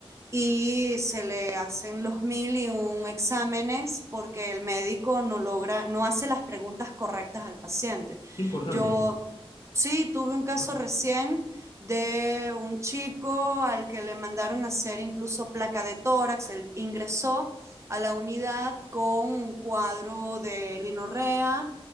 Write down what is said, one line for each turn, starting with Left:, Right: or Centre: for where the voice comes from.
Right: y se le hacen los mil y un exámenes porque el médico no logra, no hace las preguntas correctas al paciente.
Left: Qué importante
Right: Yo
Left: eso,
Right: sí tuve un caso
Left: ¿no?
Right: recién de un chico al que le mandaron a hacer incluso placa de tórax, él ingresó a la unidad con un cuadro de rinorrea